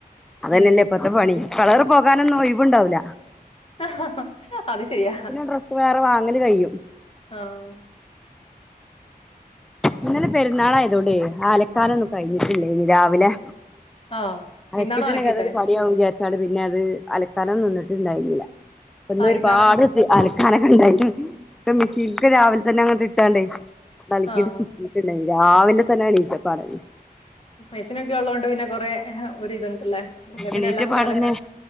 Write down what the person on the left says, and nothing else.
ഉം
ആ ഹഹ അത് ശരിയാ.
ആഹ.
ആ
ഇന്നാണോ
അലക്കിയിട്ടെ
ആഹ്
ഇന്നാണ്
ആഹ്
<unintelligible> നൊക്കെ ഉള്ളോണ്ട് പിന്നെ കൊറേ ഒരു വിതമുണ്ട്ല്ലേ ന്നാപിന്നെ
എല്ലാം കൂടി അലക്കാൻ